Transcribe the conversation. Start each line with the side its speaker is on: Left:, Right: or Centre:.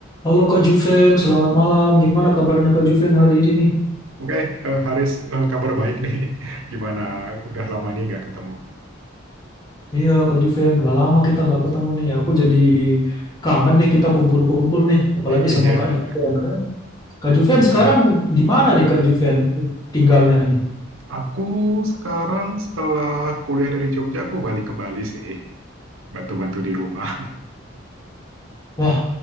Left: Halo Kak Juven, selamat malam. Gimana kabarnya Kak Juven hari ini nih?
Right: Oke, eh, Haris, eh, kabar baik nih. <laughs> Gimana? Udah lama nih nggak ketemu.
Left: Iya Kak Juven, udah lama kita nggak ketemu nih. Aku jadi kangen nih kita kumpul-kumpul nih, apalagi
Right: Iya,
Left: sama Kak
Right: <laughs>
Left: Juven.
Right: iya.
Left: kan. Kak Juven
Right: Mm-mm.
Left: sekarang di mana nih Kak Juven tinggalnya nih?
Right: Aku sekarang setelah kuliah dari Jogja, aku balik ke Bali sih. Bantu-bantu di rumah.
Left: Wah,